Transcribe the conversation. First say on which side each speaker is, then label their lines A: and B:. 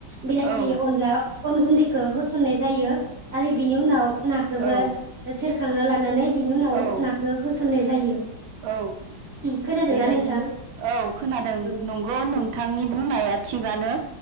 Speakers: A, on the right (about 40°); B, on the right (about 80°).
A: बिलाथि
B: औ
A: अनला अन गुन्दैखौ होसननाय जायो आरो बिनि उनाव ना <unintelligible>
B: औ
A: सोरखांना ला नानै बिनि उनाव
B: औ
A: नाखो होसननाय जा जायो।
B: औ
A: खोनादोंना
B: बेबायदि
A: नोंथां
B: औ खोनादों
A: औ
B: नंगौ नोंथांनि
A: औ
B: बुंनाया थिगानो।